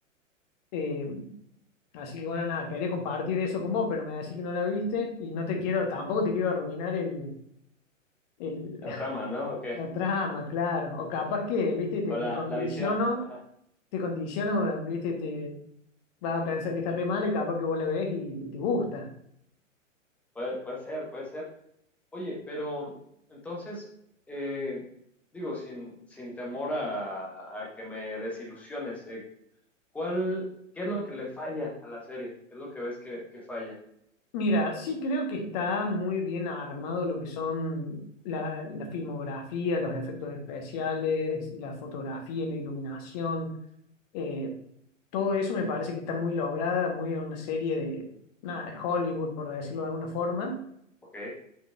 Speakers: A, on the left; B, in the centre.
A: Eh, así que bueno, nada, quería compartir eso con vos, pero me decís que no la viste y no te quiero, tampoco te quiero arruinar el, el- <laughs>
B: La trama, ¿no? Ok.
A: la trama, claro. O capaz que, viste, te,
B: O la,
A: te condiciono,
B: la visión. <laughs>
A: te condiciono, viste, te vas a pensar que está re mal y capaz que vos la ves y, y te gusta.
B: Puede, puede ser, puede ser. Oye, pero entonces, eh, digo, sin, sin temor a, a que me desilusiones, eh, ¿cuál, qué es lo que le falla a la serie? ¿Qué es lo que ves que, que falla?
A: Mira, sí creo que está muy bien armado lo que son la, la filmografía, los efectos especiales, la fotografía, la iluminación. eh, todo eso me parece que está muy lograda, muy en una serie de, nada, de Hollywood, por decirlo de alguna forma.
B: Ok,